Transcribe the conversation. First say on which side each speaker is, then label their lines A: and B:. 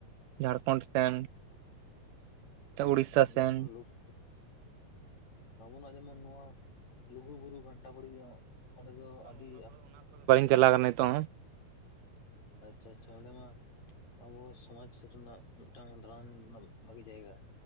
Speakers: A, on the right; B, on the left.
A: ᱡᱷᱟᱲᱠᱷᱚᱱᱰ ᱥᱮᱱ ᱩᱲᱤᱥᱥᱟ
B: ᱡᱮᱢᱚᱱ
A: ᱥᱮᱱ
B: ᱞᱩᱠ ᱟᱵᱚᱱᱟᱜ ᱡᱮᱢᱚᱱ ᱱᱚᱣᱟ ᱞᱩᱜᱩ ᱵᱩᱨᱩ ᱜᱷᱟᱱᱴᱟ ᱵᱟᱲᱮ ᱫᱚ ᱚᱸᱰᱮ ᱫᱚ ᱟᱹᱰᱤ
A: ᱪᱟᱞᱟᱜ ᱠᱟᱱᱟ ᱱᱤᱛᱚᱜ
B: ᱟᱪᱪᱷᱟ ᱟᱪᱪᱷᱟ ᱚᱸᱰᱮ ᱢᱟ ᱟᱵᱚ ᱥᱚᱢᱟᱡᱽ ᱨᱮᱱᱟᱜ ᱢᱤᱫᱴᱟᱝ ᱫᱟᱲᱟᱱ ᱨᱮᱱᱟᱜ ᱵᱷᱟᱜᱤ ᱡᱟᱭᱜᱟ